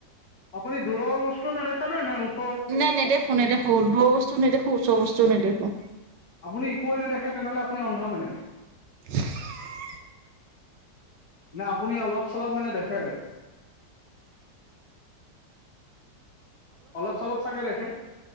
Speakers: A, on the left; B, on the right.
A: আপুনি দূৰৰ বস্তু নেদেখে নে নে ও
B: নাই নেদেখো নেদেখো, দূৰৰ বস্তু নেদেখো, ওচৰৰ বস্তুও নেদেখো।
A: আপুনি একোৱে নেদেখে তেনেহ'লে আপুনি অন্ধ মানে।
B: <inaudible>
A: নে আপুনি অলপ চলপ মানে দেখে? অলপ চলপ চাগে দেখে,